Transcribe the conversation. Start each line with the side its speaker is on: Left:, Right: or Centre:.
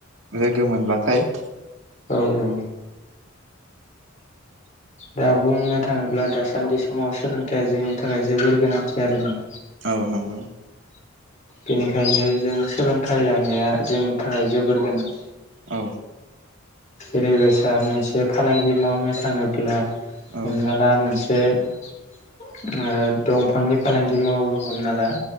Right: लोगो मोनब्लाथाय
Left: औ औ
Right: <unintelligible>
Left: दा बुंनो थाङोब्ला दासान्दि समाव सोलोंथाइया जोंनि थाखाय जोबोर गोनांथि आरोना
Right: औ नंगौ
Left: बेनिखायनो जों सोलोंथाइ लानाया जोंनि थाखाय जोबोर गोनां
Right: औ
Left: जेरै गोसा मोनसे फालांगि मावनो थाङोब्ला
Right: औ
Left: हमना ला मोनसे बे दंफांनि फालांगि मावो हमना ला